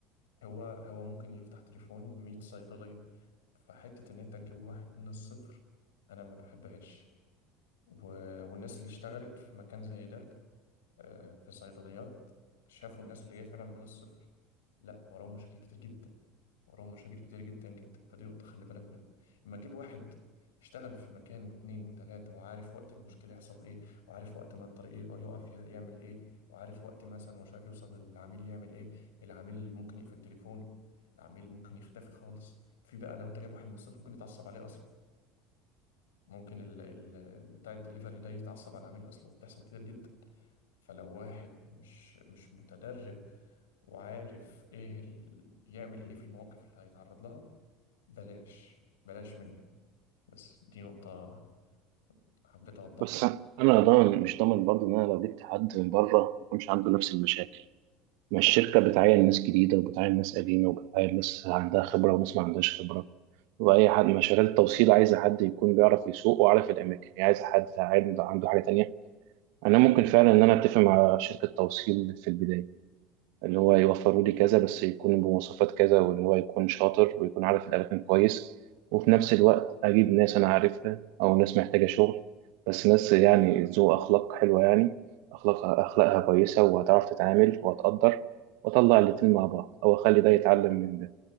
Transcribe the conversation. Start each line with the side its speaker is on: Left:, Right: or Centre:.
Left: هو هو ممكن يفتح تليفونه ب 100 صيدليه فحته ان انت تجيب واحد من الصفر انا ما بحبهاش و... والناس اللي اشتغلت في مكان زي ده آه، في صيدليات شافوا الناس اللي هي فعلا من الصفر لا وراهم مشاكل كتير جدا وراهم مشاكل كتير جدا جدا فدي نقطة خلي بالك منها اما تجيب واحد اشتغل في مكان واتنين وتلاتة وعارف وقت المشكلة يحصل ايه وعارف وقت ما الطريق ايه- يقف يه- يعمل ايه وعارف وقت مثلا مش عارف يوصل للعميل يعمل ايه العميل ممكن يقفل تليفونه العميل ممكن يختفي خالص في بقى لو انت جايب واحد من الصفر ممكن يتعصب عليه اصلا ممكن ال ال بتاع الدليفري ده يتعصب على العميل اصلا وبتحصل كتير جدا فلو واحد مش مش متدرب وعارف ايه ال... يعمل ايه في المواقف اللي هيتعرض لها بلاش بلاش منه بس دي نقطة حبيت اوضحها
Right: بس
Left: يعني
Right: انا ضامن مش ضامن برضه ان انا لو جبت حد من بره ما يكونش عنده نفس المشاكل ما الشركه بتعين ناس جديده وبتعين ناس قديمه وبتعين ناس عندها خبره وناس ما عندهاش خبره واي حد مشاريع التوصيل عايزه حد يكون بيعرف يسوق وعارف الاماكن هي عايزه حد عنده عنده حاجه تانيه انا ممكن فعلا ان انا اتفق مع شركه توصيل في البدايه اللي هو يوفروا لي كذا بس يكون بمواصفات كذا وان هو يكون شاطر ويكون عارف الاماكن كويس وفي نفس الوقت اجيب ناس انا عارفها او ناس محتاجه شغل بس ناس يعني ذو اخلاق حلوه يعني اخلاقها اخلاقها كويسه وهتعرف تتعامل وهتقدر واطلع الاتنين مع بعض او اخلي ده يتعلم من ده